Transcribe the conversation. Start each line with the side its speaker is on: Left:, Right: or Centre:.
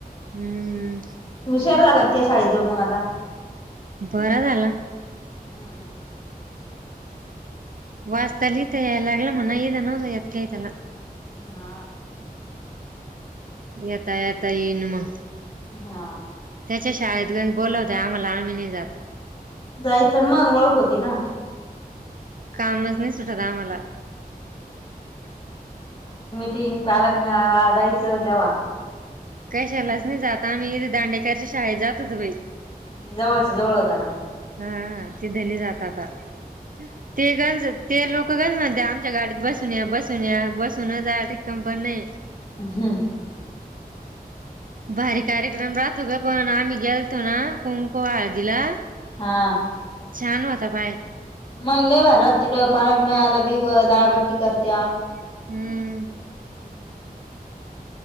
Right: हम्म.
Left: हुशार झाला का शाळेत जाऊन मग आता.
Right: बरा झाला.
Left: हम्म
Right: वाचता लिहिता यायला लागलं म्हणा इथे येत नव्हतं काय त्याला.
Left: हा
Right: येता येता इन मग.
Left: हं
Right: त्याच्या शाळेतल्या बोलवत आम्हाला आम्ही नाही जात.
Left: जायचं ना मग ओळख होती ना.
Right: कामच नाही सुटत आम्हाला.
Left: मीटिंग पालक मेळावा जायचं तेव्हा.
Right: कशालाच नाही जात आम्ही दांडेकरच्या शाळेत जात होत बाई.
Left: जवळच्या जवळ होता ना.
Right: हा ते धनी जाताता. <unintelligible> ते लोक काय म्हणतात आमच्या गाडीत बसून या, बसून या, बसूनच या साठी पन नाय.
Left: हम्म.
Right: भारी कार्यक्रम राहतो का पण आम्ही गेलतो ना कुंकुम हळदीला
Left: हां
Right: छान होता <inaudible>
Left: मंग लय भारी राती पालक मिळालाव डाळ बट्टी करत्या.
Right: हम्म
Left: हम्म.